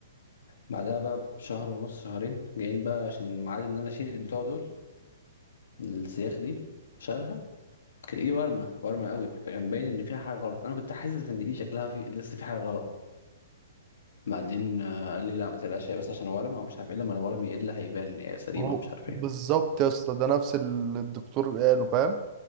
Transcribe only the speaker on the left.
بعدها بقى بشهر ونص شهرين جايين بقى عشان ميعاد إن أنا أشيل البتوع دول السياخ دي شالها كانت إيدي ورمة ورمة قوي فكان باين إن فيها حاجة غلط أنا كنت حاسس إن إيدي شكلها في لسه في حاجة غلط بعدين آه، قال لي لا ما تقلقش هي بس عشان ورمة ومش عارف إيه لما الورم يقل هيبان إن هي سليمة
ومش عارف